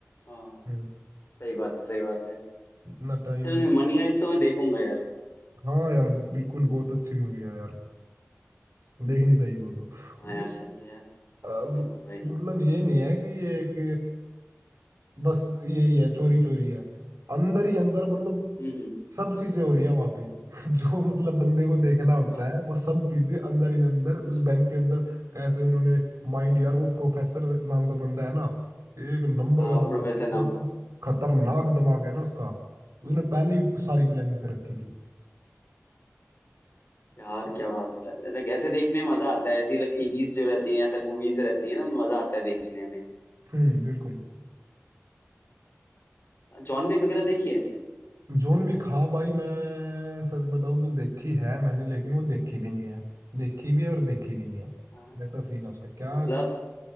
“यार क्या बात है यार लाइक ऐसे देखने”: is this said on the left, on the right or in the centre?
Left